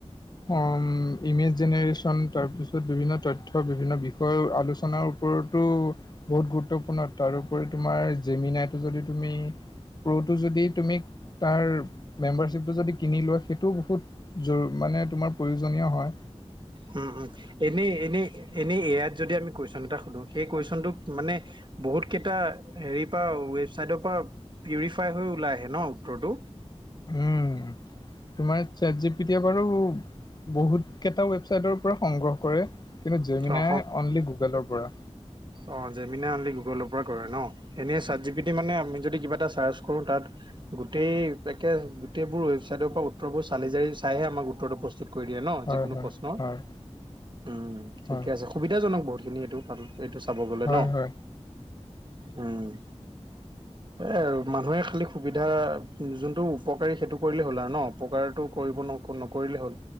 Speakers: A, on the left (about 35°); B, on the right (about 45°).
A: অউ ইমেজ জেনেৰেশচন তাৰ পিছত বিভিন্ন তথ্য বিভিন্ন বিষয়- কোৰ আলোচনাৰ ওপৰতো- বহুত গুৰুত্বপূৰ্ণ তাৰোপৰি তোমাৰ জেমিনাইটো যদি তুমি- এটো যদি তুমি তাৰ মেম্বাৰশ্বিপটো যদি কিনি লোৱা সেইটো বহুত- যোৰ মানে তোমাৰ প্ৰয়োজনীয় হয়ঁ।
B: উমঁ উমঁ এনেই এনেই এনেই এআই যদি আমি কুৱেশ্যন এটা সোধোঁ সেই কুৱেশ্যনটোক মানে- বহুত কেইটা হেৰি পৰা ৱেবচাইটৰ পৰা পিউৰিফাই হৈ ওলাই আহে ন উত্তৰটো।
A: উমঁ তোমাৰ চেটজি পিতিটো বাৰু- বহুত কেইটা ৱেবচাইটৰ পৰা সংগ্ৰহ কৰে কিন্তু জেমিনাই
B: অ
A: অনলি গুগলৰ পৰা।
B: অঁ জেল গুগৰ পৰা কৰে ন এনে মানে আমি যদি কিবা এটা চাচ- কোনো তাত- গোটেই পেকেজ গোটেইবোৰ ৱেবচাইটৰ পৰা উত্তৰবোৰ চালি জাৰি চাইহে আম উতৰ প্ৰস্তু। প্ৰস্তুত কৰি দিয়ে ন
A: হয়
B: যিকোনো
A: হয়
B: প্ৰশ্ন
A: হয় হয়
B: উমঁ ঠিকে
A: হয়
B: আছে সুবিধাজনক বহুতখিনি এইটো কাম। এইটো চাব গ'লে
A: হয়
B: ন
A: হয়
B: উমঁ। এই আৰু মানুহে খালি সুবিধা যোনটো উপকাৰী সেইটো কৰিলে হ'ল আৰু ন। উপকাৰটো কৰিব ন নকৰিলেই হ'ল।